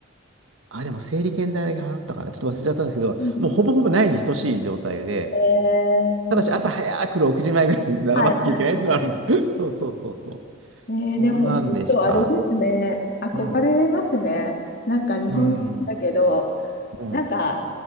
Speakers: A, on the right; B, on the left.
A: あ、でも整理券代だけ払ったかな、ちょっと忘れちゃったんですけど、
B: うん。
A: もうほぼほぼないに等しい状態で、
B: ええ
A: ただし朝早く6時前ぐらいに並ばなきゃいけないってのがあるんです。
B: はいはいはいはい。
A: <laughs> そうそうそうそう。
B: ええでも、
A: そんなんでした。
B: ちょっとあれですね。憧れますね。
A: うん。
B: なんか日本人だけど、
A: うん。うん。
B: なんか